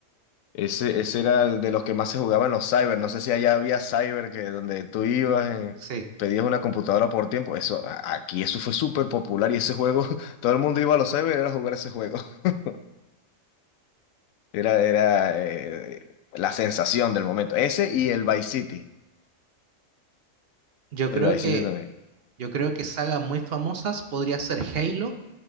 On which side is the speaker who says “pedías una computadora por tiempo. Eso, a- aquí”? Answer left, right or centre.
Left